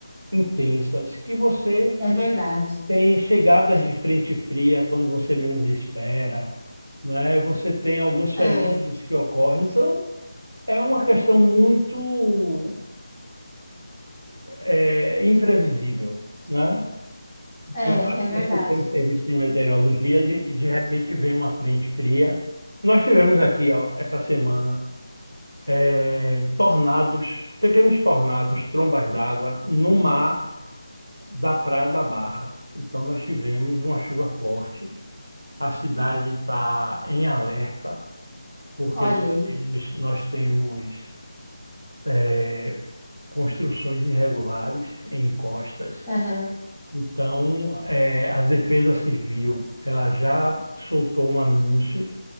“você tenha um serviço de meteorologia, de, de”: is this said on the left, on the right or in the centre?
Right